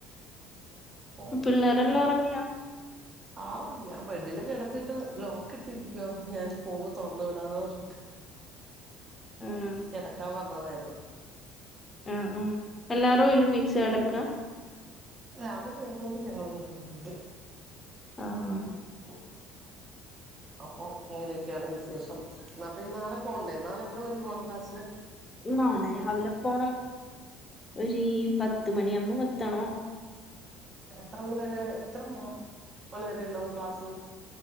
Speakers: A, on the right; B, on the left.
A: <unintelligible>
B: പിള്ളേരെല്ലാം ഉറങ്ങിയോ
A: ആഹ് ഞാൻ ബെഡില് കെടുത്തിട്ട് ലോക്ക് ഇട്ടിരിക്കവാ ഞാൻ പോകുമോ തുറന്നു വിടാന്ന് പറഞ്ഞിട്ട്
B: ആഹ്
A: കിടക്കാൻ പറഞ്ഞതായിരുന്നു
B: ആഹ ആഹ എല്ലാവാരും ഒരുമിച്ച് കിടക്കുക
A: അവര് വേറൊന്നും ഞങ്ങള്
B: ആഹ്
A: <unintelligible> അപ്പൊ ഇങ്ങനെയൊക്കെയാണ് വിശേഷംപ്പൊ നാളെ പോകണ്ടേ നാളെ എത്ര മണിക്ക് പോകണം ക്ലാസ്സിന്
B: നാളെ രാവിലെ പോണം ഒരു പത്ത് മണിയാവുമ്പോ എത്തണോ
A: എത്ര മണിവരെ എത്ര മണിവരെ ഉണ്ടാവും ക്ലാസ്